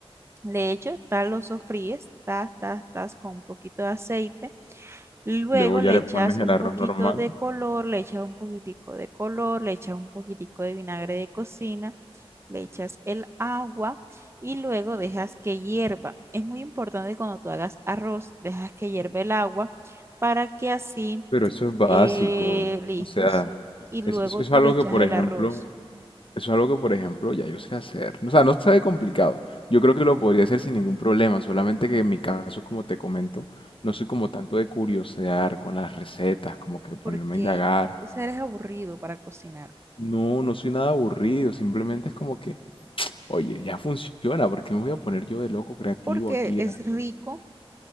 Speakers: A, on the right; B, on the left.
A: Le echo, tal lo sofríes, tas, tas, tas, con un poquito de aceite. Luego
B: luego ya
A: le
B: le
A: echas
B: pones
A: un
B: el arroz
A: poquito
B: normal.
A: de color, le echas un poquitico de color, le echas un poquitico de vinagre de cocina, le echas el agua y luego dejas que hierva. Es muy importante cuando tú hagas arroz, dejas que hierva el agua para que así,
B: Pero eso es básico.
A: eh, listo,
B: O sea,
A: sí, Y luego
B: es, es- eso es
A: tú
B: algo
A: le echas
B: que, por
A: el
B: ejemplo,
A: arroz
B: eso es algo que, por ejemplo, ya yo sé hacer. O sea, no se ve complicado. Yo creo que lo podría hacer sin ningún problema. Solamente que en mi caso, como te comento, no soy como tanto de curiosear con las recetas, como que ponerme
A: porque,
B: a indagar.
A: o sea, eres aburrido para cocinar,
B: No, no soy nada aburrido. Simplemente es como que, oye, ya funciona. ¿Por qué me voy a poner yo de loco creativo
A: porque
B: aquí
A: es
B: a...
A: rico